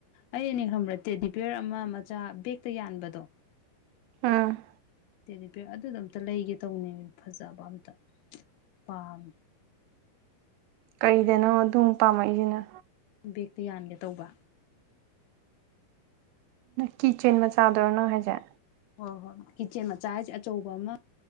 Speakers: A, on the left (about 80°); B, on the right (about 85°).
A: ꯑꯩꯅꯦ ꯈꯪꯕ꯭ꯔ ꯇꯦ ꯗꯤꯄꯌꯔ ꯑꯃ ꯃꯆꯥ ꯕꯦꯛꯇ ꯌꯥꯟꯕꯗꯣ
B: ꯑꯝ
A: ꯇꯦꯂꯤꯄꯦꯛ ꯑꯗꯨꯗ ꯑꯝꯇ ꯂꯩꯒꯦ ꯇꯧꯅꯤ ꯐꯖꯕ ꯑꯝꯇ ꯄꯥꯝꯃꯦ <unintelligible>
B: ꯀꯩꯗꯅꯣ ꯑꯗꯨꯝ ꯄꯥꯝꯃꯛꯏꯁꯤꯅ
A: ꯕꯦꯛꯇ ꯌꯥꯟꯒꯦ ꯇꯧꯕ
B: ꯀꯤ ꯆꯦꯟ ꯃꯆꯥꯥꯗꯣꯏꯔꯅꯣ ꯍꯥꯏꯁꯦ
A: ꯍꯣꯏ ꯍꯣꯏ ꯀꯤꯠꯆꯦꯟ ꯃꯆꯥ ꯍꯥꯏꯁꯦ ꯑꯆꯧꯕ ꯑꯃ